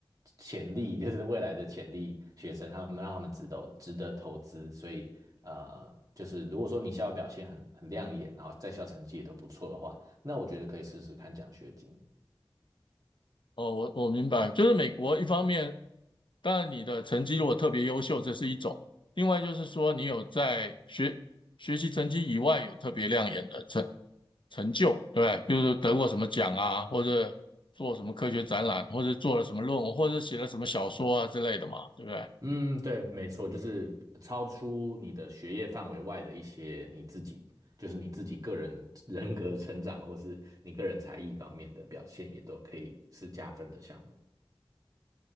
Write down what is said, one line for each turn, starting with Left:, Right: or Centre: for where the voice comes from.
Right: 潜力，<laughs> 就是未来的潜力学生，他们让他们值得值得投资，所以呃，就是如果说你校外表现很很亮眼，然后在校成绩也都不错的话。那我觉得可以试试看奖学金。
Left: 哦，我我明白，就是美国一方面，当然你的成绩如果特别优秀，这是一种；另外就是说你有在学学习成绩以外有特别亮眼的成成就，对不对，比如说得过什么奖啊，或者做什么科学展览，或者做了什么论文，或者写了什么小说啊之类的嘛，对不对？
Right: 嗯，对，没错，就是超出你的学业范围外的一些你自己，就是你自己个人人格成长，或是你个人才艺方面的表现，也都可以是加分的项目。